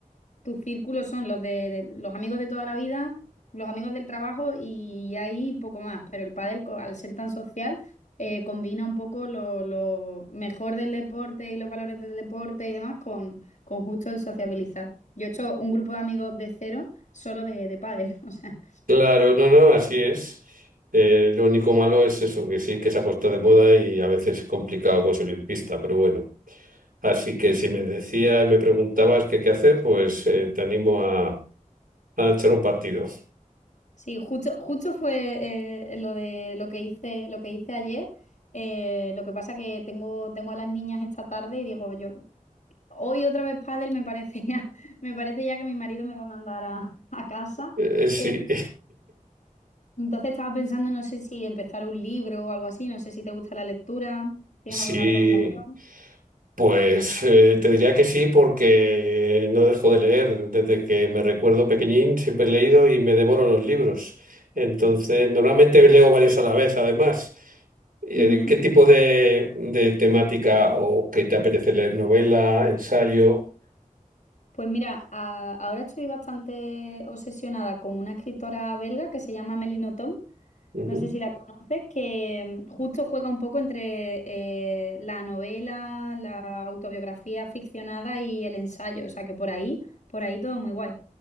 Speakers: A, on the left; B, on the right.
A: tus círculos son los de, de- los amigos de toda la vida, los amigos del trabajo y ahí poco más. Pero el pádel, co- al ser tan social, eh, combina un poco lo, lo mejor del deporte y los valores del deporte y demás con, con justo el sociabilizar. Yo he hecho un grupo de amigos de cero solo de, de pádel, <laughs> o sea.
B: Claro, no, no, así es. Eh, lo único malo es eso, que sí, que se ha puesto de moda y a veces es complicado conseguir pista, pero bueno. Así que si me decías, me preguntabas qué qué hacer, pues eh, te animo a, a echar un partido.
A: Sí, justo, justo fue eh, lo de lo que hice, lo que hice ayer. Eh, lo que pasa que tengo, tengo a las niñas esta tarde y digo, yo Hoy otra vez pádel me parece ya, <laughs> me parece ya que mi marido me va a mandar a, a casa.
B: Eh, sí.
A: Eh, entonces estaba pensando, no sé si empezar un libro o algo así, no sé si te gusta la lectura, ¿tienes
B: Sí,
A: alguna recomendación?
B: pues eh, te diría que sí porque no dejo de leer. Desde que me recuerdo pequeñín siempre he leído y me devoro los libros. Entonces, normalmente leo varios a la vez, además. Eh,
A: Ujú.
B: ¿Qué tipo de, de temática o qué te apetece leer? ¿Novela, ensayo?
A: Pues mira, a- ahora estoy bastante obsesionada con una escritora belga que se llama Melino Tom,
B: Ujú.
A: no sé si la conoces, que mm, justo juega un poco entre eh, la novela, la autobiografía ficcionada y el ensayo, o sea que por ahí, por ahí todo muy guay.